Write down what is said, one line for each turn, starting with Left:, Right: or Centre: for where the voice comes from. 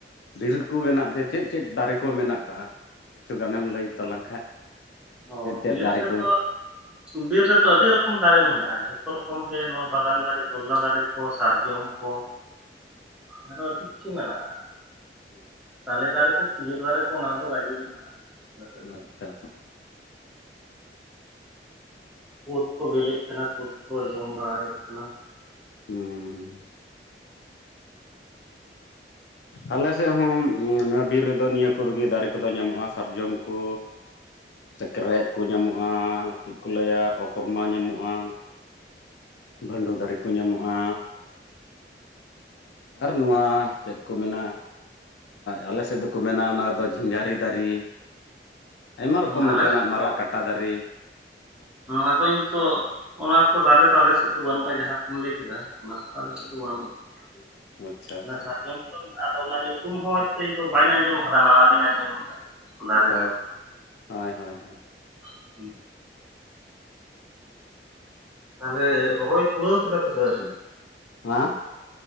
Left: ᱵᱤᱨ ᱠᱚ ᱢᱮᱱᱟᱜ ᱡᱮ ᱪᱮᱫ ᱪᱮᱫ ᱫᱟᱨᱮ ᱠᱚ ᱢᱮᱱᱟᱜ ᱠᱟᱜᱼᱟ ᱠᱤᱪᱷᱩ ᱜᱟᱱᱮᱢ ᱞᱟᱹᱭ ᱛᱟᱞᱟᱝ ᱠᱷᱟᱡ
Centre: ᱚ
Left: ᱪᱮᱫ ᱪᱮᱫ
Centre: ᱵᱤᱨ
Left: ᱫᱟᱨᱮ
Centre: ᱨᱮᱫᱚ
Left: ᱠᱚ
Centre: ᱵᱤᱨ ᱨᱮᱫᱚ ᱟᱹᱰᱤ ᱨᱚᱠᱚᱢ ᱫᱟᱨᱮ ᱢᱮᱱᱟᱜᱼᱟ ᱡᱚᱛᱚ ᱨᱚᱠᱚᱢ ᱜᱮ ᱱᱚᱣᱟ ᱵᱟᱜᱟᱱ ᱫᱟᱨᱮ ᱪᱚᱞᱞᱟ ᱫᱟᱨᱮ ᱠᱚ ᱥᱟᱨᱡᱚᱢ ᱠᱚ ᱟᱨᱚ ᱪᱤᱫ ᱪᱤ ᱢᱮᱱᱟᱜᱼᱟ
Left: ᱦᱩᱸ
Centre: ᱛᱟᱞᱮ ᱫᱟᱨᱮ ᱠᱚ ᱠᱷᱤᱡᱩᱨ ᱫᱟᱨᱮ ᱠᱚ ᱚᱱᱟᱫᱚ ᱜᱟᱡᱤ ᱢᱮᱱᱟᱜᱼᱟ ᱥᱮᱫ ᱫᱚ
Left: ᱟᱪᱪᱷᱟ
Centre: ᱠᱩᱫᱽ ᱠᱚ ᱵᱤᱞᱤᱜ ᱠᱟᱱᱟ, ᱠᱩᱫᱽ ᱠᱚ ᱡᱚᱢ ᱵᱟᱲᱟᱭᱮᱫ ᱠᱟᱱᱟ᱾
Left: ᱦᱩᱸ ᱟᱞᱮ ᱥᱮᱫ ᱦᱚᱸ ᱵᱤᱨ ᱨᱮᱫᱚ ᱱᱤᱭᱟᱹ ᱥᱩᱨ ᱜᱮ ᱫᱟᱨᱮ ᱠᱚᱫᱚ ᱧᱟᱢᱚᱜᱼᱟ ᱥᱟᱨᱡᱚᱢ ᱠᱚ ᱥᱮᱠᱨᱮᱡ ᱠᱚ ᱧᱟᱢᱚᱜᱼᱟ ᱪᱮᱫ ᱠᱚ ᱞᱟᱹᱭᱟ ᱚᱠᱚᱨᱢᱟ ᱧᱟᱢᱚᱜᱼᱟ ᱵᱷᱟᱹᱰᱟᱹᱣ ᱫᱟᱨᱮ ᱠᱚ ᱧᱟᱢᱚᱜᱼᱟ ᱟᱨ ᱱᱚᱣᱟ ᱪᱮᱫ ᱠᱚ ᱢᱮᱱᱟ ᱟᱞᱮ ᱥᱮᱫ ᱫᱚᱠᱚ ᱢᱮᱱᱟ ᱚᱱᱟᱫᱚ ᱡᱷᱤᱸᱝᱜᱟᱨᱤ ᱫᱟᱨᱮ ᱟᱭᱢᱟ
Centre: ᱦᱮᱸ
Left: ᱨᱚᱠᱚᱢ ᱱᱚᱝᱠᱟᱱᱟᱜ
Centre: ᱟᱞᱮ ᱥᱮᱫ
Left: ᱢᱟᱨᱟᱜ ᱠᱟᱴᱟ ᱫᱟᱨᱮ
Centre: ᱦᱚᱸ ᱟᱫᱚᱧ ᱛᱚ ᱚᱱᱟ ᱠᱚ ᱫᱟᱨᱮ ᱫᱚ ᱟᱞᱮ ᱥᱮᱫ ᱫᱚ ᱵᱟᱹᱱᱩᱜᱼᱟ ᱡᱟᱦᱟᱸ ᱠᱚᱢ ᱞᱟᱹᱭ ᱠᱮᱫᱟ ᱚᱱᱟ ᱠᱚ ᱟᱞᱮ ᱥᱮᱫ ᱚ ᱵᱟᱹᱱᱩᱜ ᱟᱠᱟᱫᱟ ᱟᱨᱤ
Left: ᱟᱪᱪᱷᱟ ᱟᱪᱪᱷᱟ
Centre: ᱥᱟᱨᱡᱚᱢ ᱟᱫᱚ ᱚᱱᱟ ᱧᱩᱛᱩᱢ ᱦᱚᱸ ᱦᱚᱭᱛᱳ ᱤᱧ ᱫᱚ ᱵᱟᱹᱧ ᱟᱸᱡᱚᱢ ᱟᱠᱟᱫᱟ ᱱᱟᱣᱟ ᱜᱤᱧ ᱟᱸᱡᱚᱢᱫᱟ᱾ ᱫᱟᱨᱮ
Left: ᱦᱳᱭ
Centre: ᱨᱮᱱᱟᱜ
Left: ᱦᱳᱭ ᱦᱳᱭ
Centre: ᱦᱮᱸ ᱦᱩ ᱛᱟᱦᱚᱞᱮ ᱨᱚᱦᱚᱭ ᱠᱩᱲᱟᱹᱣ ᱠᱮᱫᱟ ᱯᱮ ᱥᱮ ᱟᱹᱣᱨᱤ?
Left: ᱦᱮᱸ